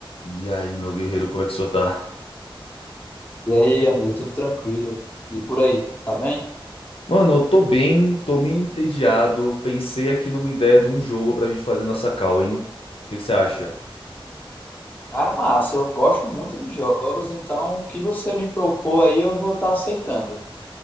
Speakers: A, on the left; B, on the left.
A: E aí, meu guerreiro, como é que o senhor tá?
B: E aí, amigo, tudo tranquilo? E por aí, tá bem?
A: Mano, eu tô bem, tô meio entediado. Pensei aqui numa ideia de um jogo pra gente fazer nessa call, hein? O que que você acha?
B: Cara, massa, eu gosto muito de jogos, então o que você me propor aí eu vou estar aceitando.